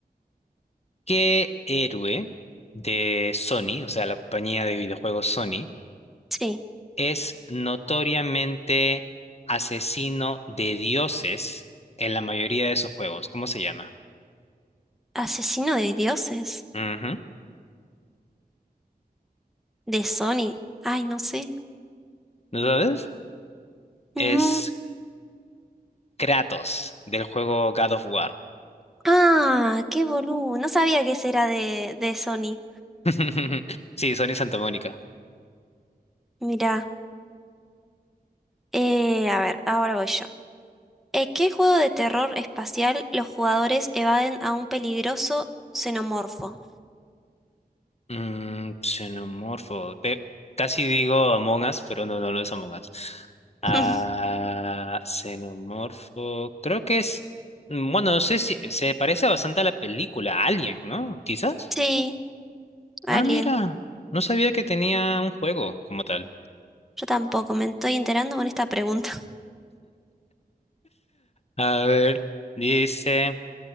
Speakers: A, on the left; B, in the centre.
A: ¿Qué héroe de Sony, o sea, la compañía de videojuegos Sony,
B: sí.
A: es notoriamente asesino de dioses en la mayoría de sus juegos? ¿Cómo se llama?
B: Asesino de dioses,
A: Ujú.
B: de Sony. Ay, no sé.
A: ¿No sabes?
B: No.
A: Es Kratos del juego God of War.
B: Ah, qué boludo. No sabía que ese era de, de Sony.
A: <laughs> Sí, Sony Santa Mónica.
B: Mirá. Eh, a ver, ahora voy yo. ¿En qué juego de terror espacial los jugadores evaden a un peligroso xenomorfo?
A: Mm, xenomorfo. Pe- casi digo Among Us, pero no, no, no es Among Us.
B: <laughs>
A: Ah, xenomorfo. Creo que es. mm, Bueno, no sé si se parece bastante a la película Alien, ¿no? Quizás.
B: Sí, Alien.
A: Ah, mira. No sabía que tenía un juego como tal.
B: Yo tampoco me estoy enterando con esta pregunta.
A: A ver, dice.